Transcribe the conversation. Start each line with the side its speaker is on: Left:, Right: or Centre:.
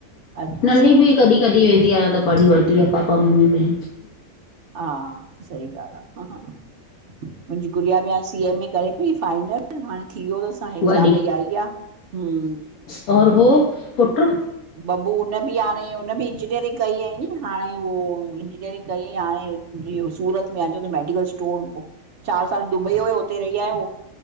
Right: अच्छा
Left: नंढी भी कॾिं कॾी वेंदी आ त पढ़ी वठदी आ पापा मम्मी में,
Right: हा, सही ॻाल्ह आ, हा। मुहिंजी गुड़िया बि हाणे सी ए में करे पई फाइनल, हाणे थी वियो तस। हाणे एग्ज़ाम
Left: वॾी
Right: ॾई आई आ, हुं
Left: और वो? पुट्र,
Right: बबू उन बि आणे, हुन बि इंजीनियरिंग कई आई नी हाणे, उहो इंजीनियरिंग कई हाणे इहो सूरत में अॼु त मेडिकल स् टोर हो, चार साल दुबई होयो हुते रही आयो,